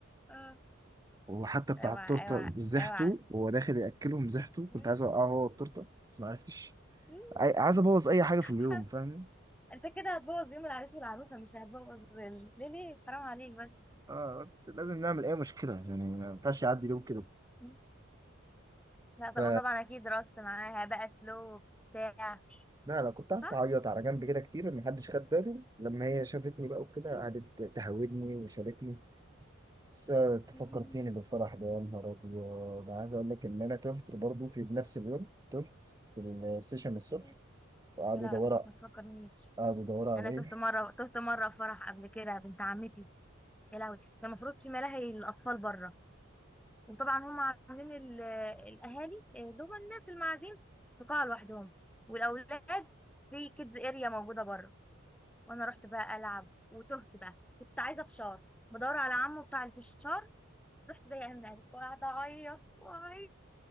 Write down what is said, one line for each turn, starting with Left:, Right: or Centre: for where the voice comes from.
Centre: اه
Right: وحتى بتاع
Centre: اوعى
Right: التورته
Centre: اوعى
Right: زحته
Centre: اوعى
Right: وهو داخل ياكلهم زحته
Centre: مم،
Right: كنت عايز اوقعه هو التورته بس ما عرفتش
Centre: مم،
Right: عاي- عايز ابوظ اي حاجه في اليوم
Centre: حر-
Right: فاهم
Centre: انت كده هتبوظ يوم العريس والعروسه مش هتبوظ ال- ليه ليه حرام عليك بس
Right: اه لازم نعمل اي مشكله يعني ما ينفعش يعدي اليوم كده
Centre: مم. لا بقى
Right: ف
Centre: وطبعا اكيد رقصت معاها بقى سلو بتاع
Right: لا لا كنت قعدت
Centre: صح
Right: اعيط على جنب كده كتير ما حدش خد باله لما هي شافتني بقى وكده
Centre: مم،
Right: قعدت تهودني وشاركني بس انت فكرتيني
Centre: مم،
Right: بالفرح ده يا نهار ابيض أنا عايز اقول لك ان انا تهت برضو في نفس اليوم تهت في السيشن الصبح
Centre: مم.
Right: وقعدوا
Centre: يا لا
Right: يدوروا
Centre: ما تفكرنيش
Right: قعدوا يدوروا عليا
Centre: انا تهت مره تهت مره في فرح قبل كده بنت عمتي يا لهوي كان المفروض في ملاهي الاطفال بره وطبعا هم عاملين ال- الاهالي دول الناس المعازيم في قاعه لوحدهم والاولاد في كيدز اريا موجوده بره وانا رحت بقى العب وتهت بقى كنت عايزه فشار بدور على عمه بتاع الفشار رحت ضايقه من قلبي وقعدت اعيط واعيط